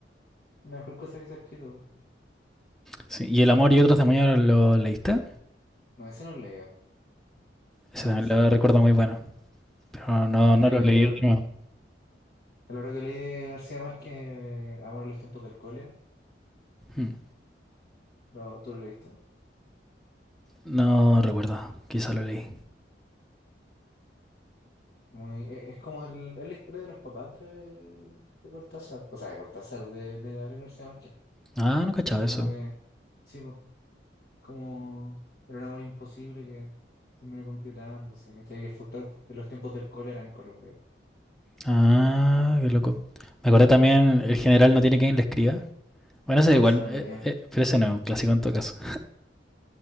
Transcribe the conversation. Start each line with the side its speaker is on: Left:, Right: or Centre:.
Left: la mejor cosa que se ha escrito. weón.
Centre: Sí, y El amor y otros demonios lo leíste?
Left: No, ese no lo leía.
Centre: Ese
Left: No,
Centre: también
Left: no, ese
Centre: lo
Left: no lo leía.
Centre: recuerdo muy bueno, pero no, no
Left: El,
Centre: no
Left: que-
Centre: lo
Left: el, el,
Centre: leí
Left: el-
Centre: de nuevo.
Left: el otro que leí de García Márquez, Amor en los tiempos del cólera,
Centre: Mm.
Left: lo, ¿tú lo leíste?
Centre: No recuerdo, quizá lo leí.
Left: Muy, e- es como el, es la historia de los papás de, de Cortázar, o sea, de Cortázar, de, de Gabriel García Márquez.
Centre: Ah, no cachaba
Left: Así como
Centre: eso.
Left: que, sí, pues, como era un amor imposible que terminó concretándose, ¿cachai? Que fue en los tiempos del cólera en Colombia.
Centre: Ah, qué loco. Me acordé también El general no tiene quien le escriba. Bueno, ese
Left: O
Centre: es igual,
Left: ese no lo
Centre: eh,
Left: leo.
Centre: eh, pero ese no es un clásico en todo caso.